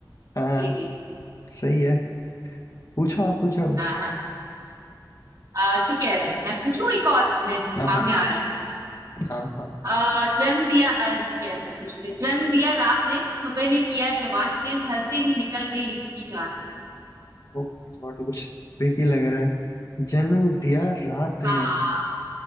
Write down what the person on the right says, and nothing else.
जी जी
हाँ हाँ अ, ठीक है मैं पूछूं एक और मेरे दिमाग
में आ रहा है
अ, जन्म दिया अ, ठीक है मैं पूछती हूँ। जन्म दिया रात ने सुबह ने किया जवान दिन ढलते ही निकल गई इसकी जान
हाँ